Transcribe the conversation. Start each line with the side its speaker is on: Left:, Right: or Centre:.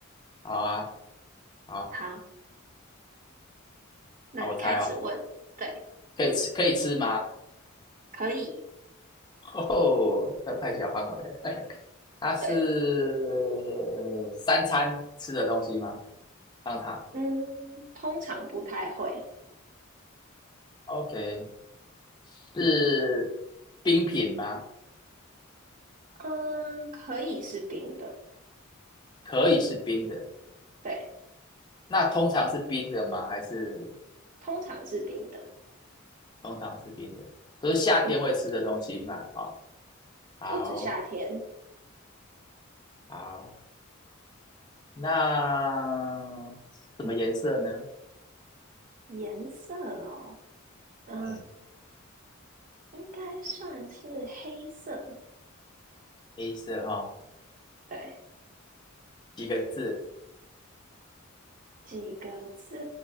Left: 好啊，好，
Right: 好，那你开始问。
Left: 好，我猜哦，
Right: 对，
Left: 可以吃，可以吃吗？
Right: 可以。
Left: <laughs> 哦，这太小范围了。<laughs> 它是三餐吃的东西吗？
Right: 对，
Left: 当场
Right: 嗯，通常不太会。
Left: ，OK，是冰品吗？
Right: 嗯，可以是冰的。
Left: 可以是冰的，
Right: 对，
Left: 那通常是冰的吗？还是？
Right: 通常是冰的。
Left: 通常吃冰的，都是夏天会吃的东西嘛。
Right: 嗯，
Left: 好，好，
Right: 不止夏天。
Left: 好，那什么颜色呢？
Right: 颜色哦，嗯，
Left: 哎，
Right: 应该算是黑色，
Left: 黑色哈、
Right: 对，
Left: 几个字？
Right: 几个字，